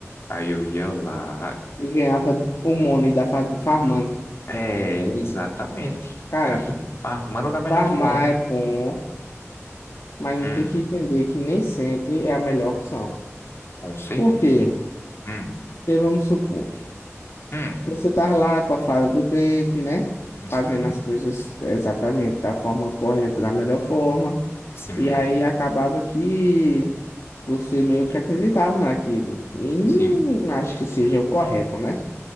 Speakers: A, on the left (about 55°); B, on the left (about 75°).
A: Aí eu ia lá
B: e ganhava o money da fa- farmando.
A: É, era exatamente.
B: Cara,
A: Era farmando da melhor
B: farmar
A: forma.
B: é bom, mas a
A: Hum,
B: gente tem que entender que nem sempre é a melhor opção.
A: com certeza.
B: Por quê?
A: Hum,
B: Porque vamos supor,
A: hum,
B: você tá lá com a fada do dente, né? Fazendo
A: sim,
B: as coisas exatamente da forma correta, da melhor forma.
A: sim,
B: E aí acabava que você meio que acreditava naquilo. E
A: sim,
B: não acho que seja o correto, né?